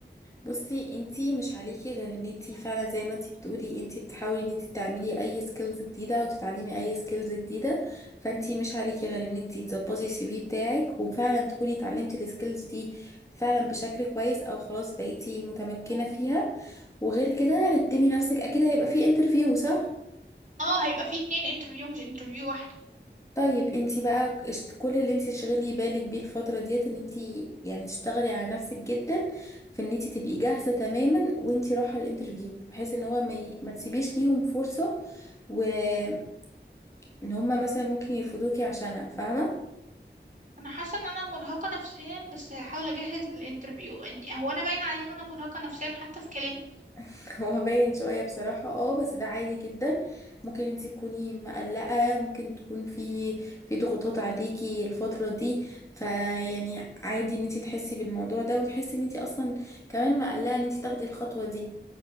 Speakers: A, on the left; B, on the right.
A: بصي انتي مش عليكي غير ان انتي فعلا زي ما انتي بتقولي انتي بتحاولي ان انتي تعملي اي سكيلز جديده او تتعلمي اي سكيلز جديده فانتي مش عليكي غير ان انتي تظبطي السي في بتاعك وفعلا تكوني اتعلمتي السكيلز دي فعلا بشكل كويس او خلاص بقيتي متمكنه فيها وغير كده رتبي نفسك اكيد هيبقى في انترفيو صح
B: اه هيبقى في اتنين انترفيو مش انترفيو واحده
A: طيب انتي بقى اشت- كل اللي انتي تشغلي بالك بيه الفترة ديت ان انتي يعني تشتغلي على نفسك جدا في ان انتي تبقي جاهزة تماما وانتي رايحة الانترفيو بحيث ان هو ما, ي... ما تسيبيش ليهم فرصة وان هما مثلا ممكن يرفضوكي عشانها فاهمة
B: انا حاسه ان انا مرهقه نفسيا بس هحاول اجهز للانترفيو عندي هو انا باين عليا ان انا مرهقه نفسيا حتى في كلامي
A: <laughs> هو باين شوية بصراحة اه بس ده عادي جدا ممكن انتي تكوني مقلقة ممكن تكون في في ضغوطات عليكي الفترة دي فيعني عادي ان انتي تحسي بالموضوع ده وتحسي ان انتي اصلا كمان مقلقة ان انتي تاخدي الخطوة دي